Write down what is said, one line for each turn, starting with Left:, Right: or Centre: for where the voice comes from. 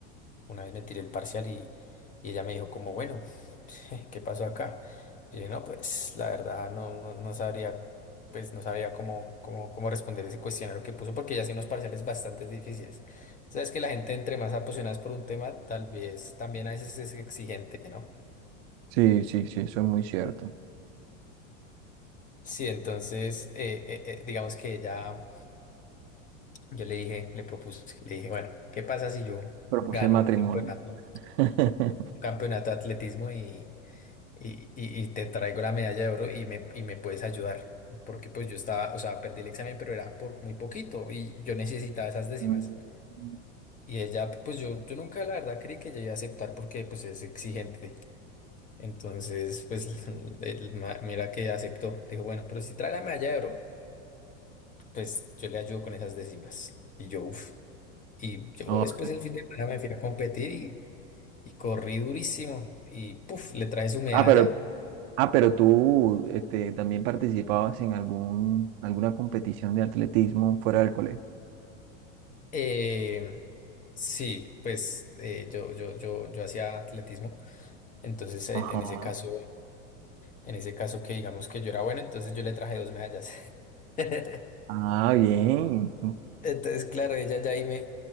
Left: Una vez me tiré el parcial y, y ella me dijo como, bueno, <laughs> ¿qué pasó acá? Yo dije, no, pues la verdad no, no, no sabría, pues no sabía cómo, cómo, cómo responder ese cuestionario que puso porque ella hacía unos parciales bastante difíciles. Sabes que la gente entre más apasionada es por un tema, tal vez también a veces es exigente, ¿no?
Right: sí, sí, sí, eso es muy cierto.
Left: Sí, entonces, eh, eh, eh, digamos que ella, yo le dije, le propuse, le dije, bueno, ¿qué pasa si yo
Right: Propuse
Left: gano
Right: matrimonio.
Left: un campeonato,
Right: <laughs>
Left: un campeonato de atletismo y y, y- y te traigo la medalla de oro y me, y me puedes ayudar. Porque pues yo estaba, o sea, perdí el examen, pero era por muy poquito y yo necesitaba esas décimas.
Right: Mm.
Left: Y ella, pues yo, yo nunca la verdad creí que ella iba a aceptar porque pues es exigente. Entonces, pues <laughs> el ma- mira que aceptó. Dijo, bueno, pero si trae la medalla de oro, pues yo le ayudo con esas décimas. Y yo, uff. Y yo
Right: No.
Left: después el fin de semana me fui a competir y, y corrí durísimo. Y puff, le traje su medalla.
Right: Ah, pero, ah, pero tú este, también participabas en algún, alguna competición de atletismo fuera del colegio.
Left: Eh, sí, pues eh, yo, yo, yo, yo hacía atletismo, entonces eh,
Right: Ajá.
Left: en ese caso, en ese caso que digamos que yo era bueno, entonces yo le traje dos medallas. <laughs>
Right: Ah, bien.
Left: Entonces, claro, ella ya ahí me,